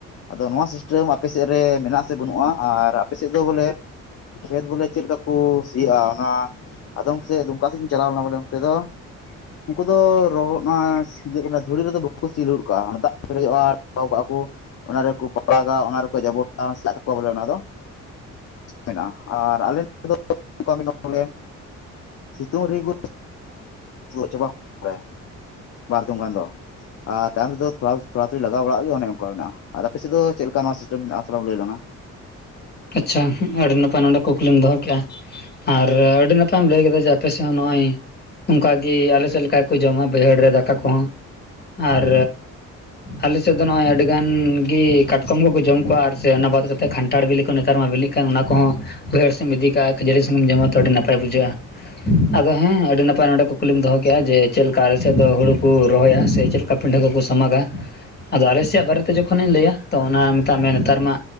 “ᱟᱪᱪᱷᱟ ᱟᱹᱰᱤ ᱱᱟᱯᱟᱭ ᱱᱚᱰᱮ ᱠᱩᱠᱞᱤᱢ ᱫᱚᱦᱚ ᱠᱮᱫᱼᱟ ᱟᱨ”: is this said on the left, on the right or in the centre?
Left